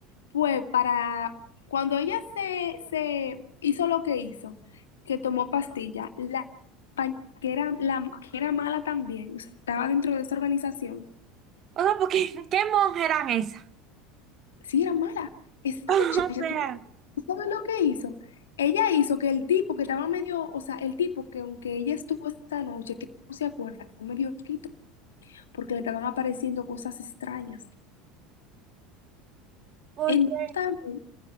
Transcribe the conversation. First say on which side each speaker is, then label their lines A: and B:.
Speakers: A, on the left; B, on the right.
A: fue para, cuando ella se, se hizo lo que hizo, que tomó pastilla, la compañera que era, la, que era mala también, estaba dentro de esa organización.
B: O sea, porque, <laughs> ¿qué monjas eran esas?
A: Sí, era mala. Esa
B: <laughs>
A: muchacha,
B: O sea,
A: ¿tú sabes tú sabes lo que hizo? Ella hizo que el tipo que estaba medio, o sea, el tipo que aunque ella estuvo esta noche, que no se acuerda, fue medio loquito, porque le estaban apareciendo cosas extrañas.
B: Porque,
A: Entonces,